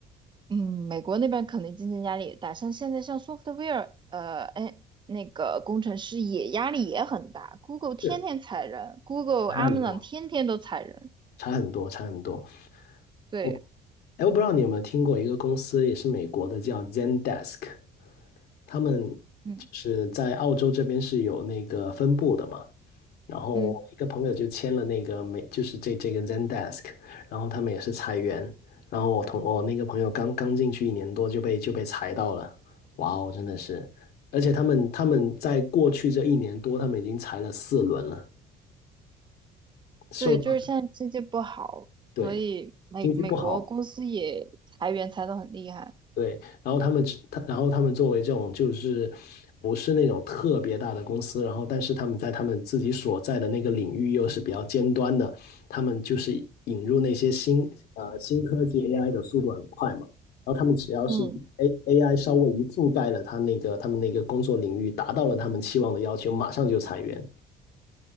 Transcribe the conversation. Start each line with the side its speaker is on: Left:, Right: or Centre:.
Right: 嗯，美国那边可能竞争压力也大，像现在像 software，呃，哎，那个工程师也压力也很大，Google 天天裁人，Google、
Left: 是差很多，
Right: Amazon 天天都裁人，
Left: 差很多，差很多。
Right: 对，
Left: 我哎，我不知道你有没有听过一个公司，也是美国的，叫 Zendesk，他们
Right: 嗯
Left: 就是在澳洲这边是有那个分部的嘛。然后一个朋友就签了那个美，
Right: 嗯，
Left: 就是这这个 Zendesk，然后他们也是裁员，然后我同我那个朋友刚刚进去一年多就被就被裁到了，哇哦，真的是，而且他们他们在过去这一年多，他们已经裁了四轮了，受到
Right: 对，就是现在经济不好，
Left: 对
Right: 所以美美国公司也裁员裁得很厉害，
Left: 经济不好。对，然后他们只，他，然后他们作为这种就是不是那种特别大的公司，然后但是他们在他们自己所在的那个领域又是比较尖端的，他们就是引入那些新呃新科技 AI 的速度很快嘛，然后他们只要是
Right: 嗯
Left: A AI 稍微一覆盖了他那个他们那个工作领域，达到了他们期望的要求，马上就裁员。